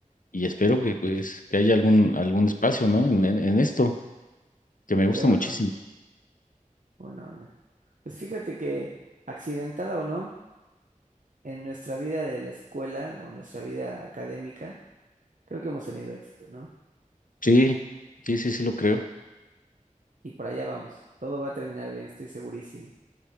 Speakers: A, on the left; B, on the right.
A: y espero
B: Qué cool.
A: que pues que haya algún, algún espacio, ¿no? En, en, en esto, que me gusta
B: Qué buena
A: muchísimo.
B: onda, buena onda. Pues fíjate que, accidentada o no, en nuestra vida de la escuela o nuestra vida académica, creo que hemos tenido éxito, ¿no?
A: Sí, sí, sí, sí lo creo.
B: Y por allá vamos. Todo va a terminar bien, estoy segurísimo.